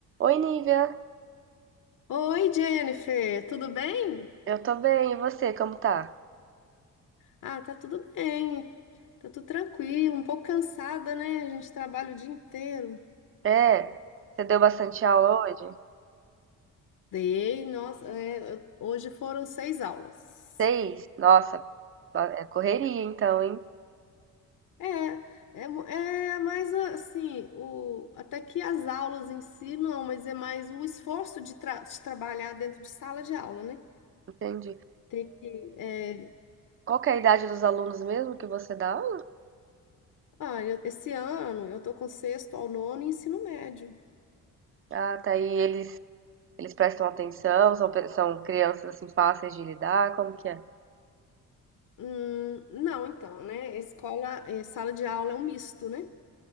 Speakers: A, on the right (about 35°); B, on the left (about 60°).
A: Oi, Nívia.
B: Oi, Jennifer, tudo bem?
A: Eu tô bem, e você, como tá?
B: Ah, tá tudo bem, tá tudo tranquilo, um pouco cansada, né? A gente trabalha o dia inteiro.
A: É, você deu bastante aula hoje?
B: Dei, nossa, é, hoje foram seis aulas.
A: Seis? Nossa, ba- é correria então, hein?
B: É, é, mu- é mais assim, o, até que as aulas em si não, mas é mais o esforço de, tra- de trabalhar dentro de sala de aula, né?
A: Entendi.
B: Ter que, é,
A: Qual que é a idade dos alunos mesmo que você dá aula?
B: ah, eu- esse ano eu tô com sexto ao nono e ensino médio.
A: Ah, tá aí, eles, eles prestam atenção, são, pe- são crianças assim fáceis de lidar, como que é?
B: Hum, não, então, né? Escola, eh, sala de aula é um misto, né?